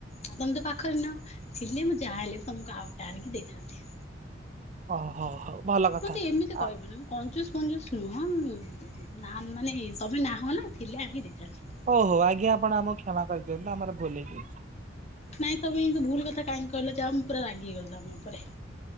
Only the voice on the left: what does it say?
ଆଉ ତମେ ତ ପାଖରେ ନାହ। ସେଥିଲାଗି ମୁଁ ଯାହା ହେଲେ ବି ତମକୁ ଆଉଗୋଟା ଆଣିକି ଦେଇଥାନ୍ତି।
ମତେ ଏମିତି କହିବନି।
ମୁ କଞ୍ଚୁସ ଫଞ୍ଚୁସ ନୁହଁ। ନାହ ମାନେ ତମେ ନାହ ନା ଥିଲେ ଆଣିକି ଦେଇଥାନ୍ତି।
ନାଇଁ ତମେ ଏମିତି ଭୁଲ କଥା କାହିକି କହିଲ, ଯାଅ ମୁଁ ପୁରା ରାଗିଗଲି ତମ ଉପରେ।